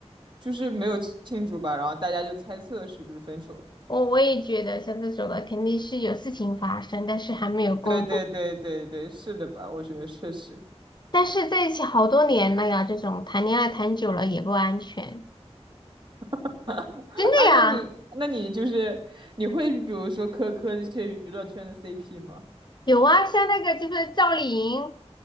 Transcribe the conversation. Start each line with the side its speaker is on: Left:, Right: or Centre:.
Right: 就是没有庆祝吧，然后大家就猜测是不是分手了。
Left: 我我也觉得像这种的肯定是有事情发生，但是还没有公布。
Right: 对对对对对，是的吧？我觉得确实。
Left: 但是在一起好多年了呀，这种谈恋爱谈久了也不安全，
Right: <laughs>
Left: 真的呀，
Right: 啊，那你那你就是你会比如说磕磕这些娱乐圈的 CP 吗？
Left: 有啊，像那个就是赵丽颖